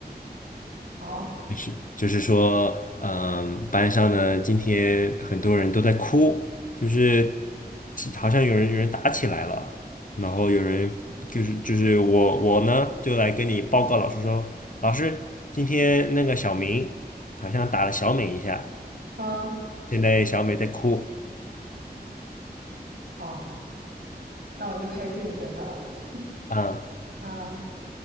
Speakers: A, on the right; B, on the left.
A: 好，
B: 是，就是说，嗯，班上呢，今天很多人都在哭，就是其好像有人有人打起来了，然后有人就是就是我我呢就来跟你报告老师说，老师，今天那个小明好像打了小美一下，
A: 嗯，
B: 现在小美在哭
A: 好，那我就开始进入角色了。<laughs>
B: 啊，
A: 嗯，